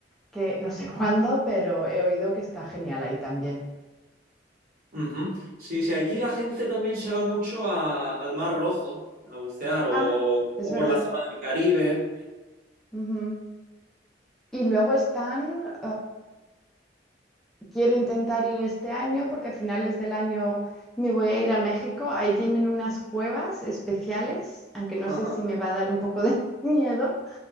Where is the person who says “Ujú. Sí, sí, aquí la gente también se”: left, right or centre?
Right